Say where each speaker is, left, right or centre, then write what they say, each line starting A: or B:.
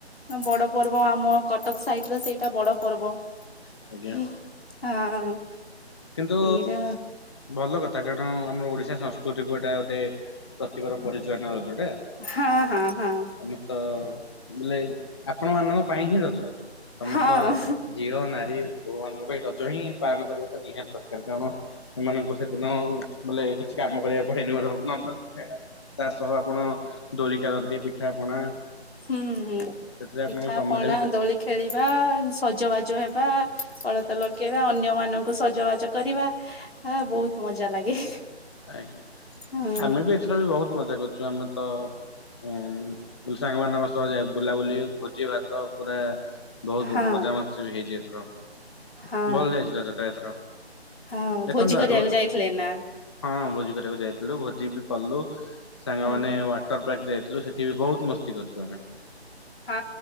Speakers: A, on the left; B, on the left.
A: ବଡ ପର୍ବ ଆମ କଟକ ସାଇଟ ର ସେଇଟା ବଡ ପର୍ବ।
B: ଆଜ୍ଞା
A: ଉଁ ହଁ
B: କିନ୍ତୁ
A: ଏଇଟା
B: ଭଲ କଥା କାରଣ ଆମ ଓଡିଶା ସଂସ୍କୃତି କୁ ଏଟା ଗୋଟେ ପ୍ରତିଭାର ପରିଚାଳନା ରଜ ଟା
A: ହଁ ହଁ ହଁ
B: ସମସ୍ତ ବୋଲେ ଆପଣ ମାନଙ୍କ ପାଇଁ ହିଁ ରଜ। ସମସ୍ତ
A: ହଁ
B: ଝିଅ ନାରୀ ଭଗବାନଙ୍କ ପାଇଁ ରଜ ହିଁ ପାଳନ କରିବାଟା ନିହାତି ଦରକାର କାରଣ ସେମାନଙ୍କୁ ସେଦିନ ବୋଲେ କିଛି କାମ କରିବାକୁ ପଡେନି ବରଂ ନର୍ମାଲ ତା ସହ ଆପଣ ଦୋଳି ଖେଳନ୍ତି ପିଠା ପଣା
A: ହୁଁ ହୁଁ
B: ସେଥିରେ ଆପଣଙ୍କ
A: ପିଠା
B: ସମୟଟା
A: ପଣା
B: ବି କଟିଯାଏ।
A: ଦୋଳି ଖେଳିବା ସଜବାଜ ହେବା ଅଳତା ଲଗେଇବା ଅନ୍ୟ ମାନଙ୍କୁ ସଜବାଜ କରିବା ଆ ବହୁତ ମଜା ଲାଗେ।
B: ଆଜ୍ଞା
A: ହୁଁ
B: ଆମେ ବି ଏଥିର ବି ବହୁତ ମଜା କରୁଚୁ ଆମେ ତ ଅଁ ସାଙ୍ଗମାନଙ୍କ ସହ ଯାଏ ବୁଲାବୁଲି ଭୋଜି ଭାତ ପୁରା ବହୁତ
A: ହଁ
B: ମଜା ମସ୍ତି ହେଇଚି ଏଥର
A: ହଁ
B: ଭଲ ଯାଇଚି ରଜଟା ଏଥର
A: ହଁ
B: ଦେଖନ୍ତୁ
A: ଭୋଜି କରିବାକୁ
B: ଆଗକୁ
A: ଯାଇଥିଲେ ନା
B: ହଁ ହଁ ଭୋଜି କରିବାକୁ ଯାଇଥିଲୁ ଭୋଜି ବି କଲୁ ସାଙ୍ଗମାନେ
A: ହଁ
B: ୱାଟର ପାର୍କ ଯାଇ ଥିଲୁ ସେଠି ବି ବହୁତ ମସ୍ତି କରିଚୁ ଆମେ
A: ହଁ